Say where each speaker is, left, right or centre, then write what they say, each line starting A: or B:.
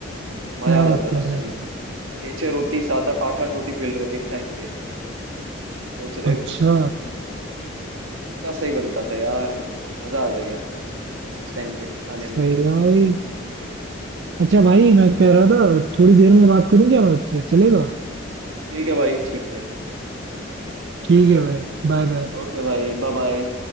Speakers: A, on the right (about 85°); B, on the right (about 55°).
A: मजा
B: क्या
A: आ जाता
B: बात
A: था
B: कर रहे
A: सही
B: हैं भाई
A: छह छह रोटी सात आठ आठ आठ रोटी पेल रहे हैं एक टाइम पे सोच रहे
B: अच्छा
A: हो इतना सही बनता था यार मजा आ जा गया उस टाइम पे खाने
B: सही
A: में
B: है भाई अच्छा भाई मैं
A: Yeah.
B: कह रहा था थोड़ी देर में बात करूं क्या मैं आपसे चलेगा
A: ठीक है भाई ठीक है
B: ठीक है भाई Bye bye
A: ओके भाई बाय बाय